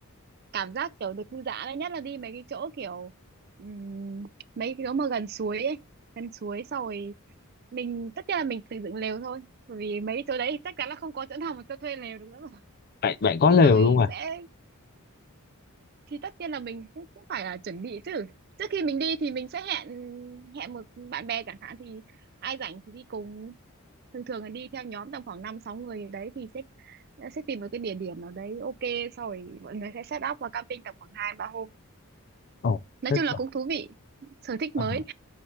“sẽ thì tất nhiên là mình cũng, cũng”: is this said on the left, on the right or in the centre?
Right